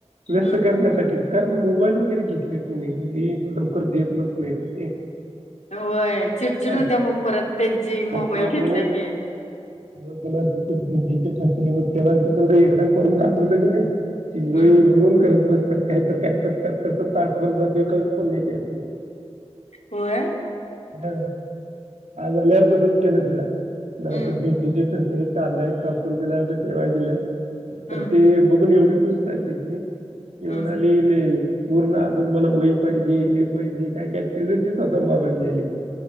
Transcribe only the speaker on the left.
हम्म
होय चिडचिड
होत्या मग परत त्यांची
मोबाईल
घेतला की
हम्म
होय
हम्म
हम्म
हम्म